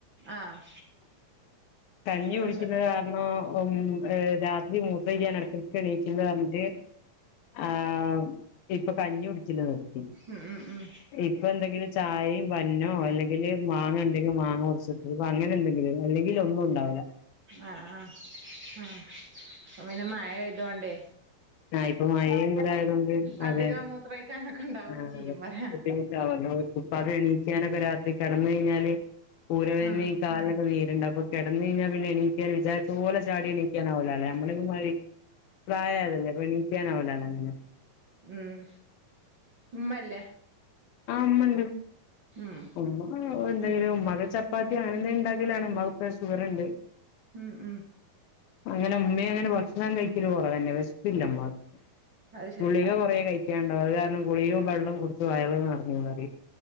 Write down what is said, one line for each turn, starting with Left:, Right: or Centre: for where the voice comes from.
Right: ആഹ്
Left: കഞ്ഞി
Right: പ്രഷ
Left: കുടിക്കുന്നത് കാരണോ ഉം രാത്രി മൂത്രൊയ്ക്കാന് എടക്കെടെക്കെണീക്കും <unintelligible> ആ ഇപ്പോ കഞ്ഞി കുടിക്കല് നിർ
Right: ഉം ഉം ഉം
Left: ഇപ്പൊ എന്തെങ്കിലും ചായയും ബണ്ണോഅല്ലെങ്കില് മാങ്ങ ഉണ്ടെങ്കിൽ മാങ്ങ കുറച്ചിട്ട അങ്ങനെ എന്തെങ്കിലും അല്ലെങ്കിലൊന്നും ഉണ്ടാവൂല
Right: ആ ആ ആ പിന്നെ മഴ ആയതോണ്ടേ
Left: ആ ഇപ്പൊ മഴയും കുടായതോണ്ട്
Right: അധികം
Left: അതെ
Right: മൂത്രൊഴിക്കാനൊക്കെ ഇണ്ടാവും
Left: ആ
Right: ചെയ്യും പറയാ
Left: ബുദ്ധിമുട്ടാവല്ലോ ഉപ്പാക്ക് എണീക്കാനൊക്കെ രാ കെടന്ന് കഴിഞ്ഞാല് ഊരവേദനീം
Right: ഉം
Left: കാലിനൊക്കെ നീരും ണ്ടപ്പോ കെടന്ന് കയ്ഞ്ഞാ പിന്നെ എണീക്കാന് വിചാരിച്ചപോലെ ചാടി എണീക്കാനാവൂലാലോ നമ്മളൊന്നുമ്മാരി പ്രായായതല്ലേ അപ്പൊ എണീക്കാനാവൂല്ലല്ലോ
Right: ഉം ഉമ്മല്ലേ
Left: ആമ്മണ്ട്
Right: ഉം
Left: ഉമ്മ ഓ എന്തായാലും ഉമ്മാക്ക് ചപ്പാത്തി ആണ് ഉണ്ടാക്കലാണ് ഉമ്മാക്ക്പ്പ ഷുഗറുണ്ട്
Right: ഉം ഉം
Left: അങ്ങനെ ഉമ്മയങ്ങനെ ഭക്ഷണം കഴിക്കല് കുറവെന്നെ പ
Right: അത് ശരി
Left: <unintelligible> ഗുളിക കൊറേ കഴി കാണ്ട് കുളിഗെ വെള്ളം കൊടുത്ത് വയറ് നർ <unintelligible>